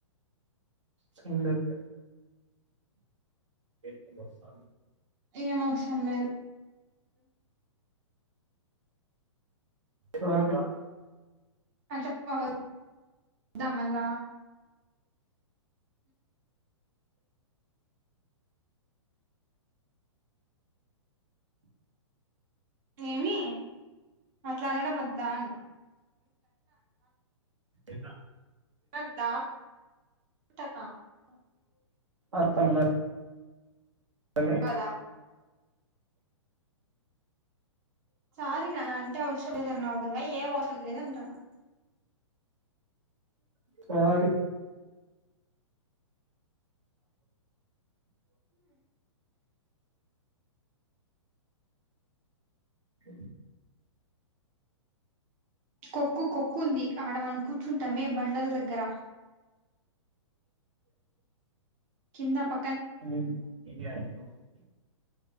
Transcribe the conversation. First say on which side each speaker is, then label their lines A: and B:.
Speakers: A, on the right; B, on the right.
A: సండేతే ఈవినింగ్ వస్తాను
B: ఏం అవసరం లేదు
A: స్వాతివ
B: అట్ల పా ద్దామళ్ళ ఏమి అట్లా అనడం వద్దా అన్న
A: ఎ
B: అంతా <unintelligible>
A: అర్థంగా లే
B: కదా సార నా అంటే వష <unintelligible> న్నావు కదా ఏం అవసరం లేదు అంటున్నా
A: సారీ చె
B: కొక్కు కొక్కు ఉంది ఆడ మనం కూర్చుంటామే బండల దగ్గర కింద ఆ ప
A: ఇ <inaudible>